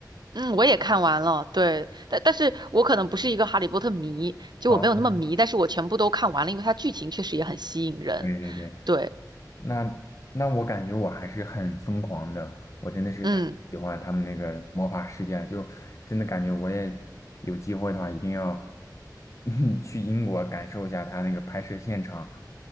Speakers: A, on the right; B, on the left.
A: 嗯，我也看完了，对，但但是我可能不是一个哈利波特迷，就我没有那么迷，
B: 哦，
A: 但是我全部都看完了，因为它剧情确实也很吸引人，
B: 对对对，
A: 对，
B: 那那我感觉我还是很疯狂的，我真的是太喜欢他们那个魔法世界了，
A: 嗯
B: 就真的感觉我也有机会的话，一定要 <laughs> 去英国感受一下他那个拍摄现场，